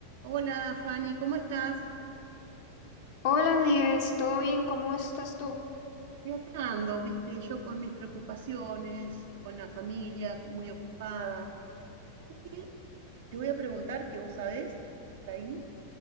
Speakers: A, on the right; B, on the left.
A: Hola Fanny, ¿cómo estás?
B: Hola Nieves, ¿todo bien? ¿Cómo estás tú?
A: Y acá ando, viste, yo con mis preocupaciones, con la familia muy ocupada. Y te voy a preguntar que vos sabés, por ahí,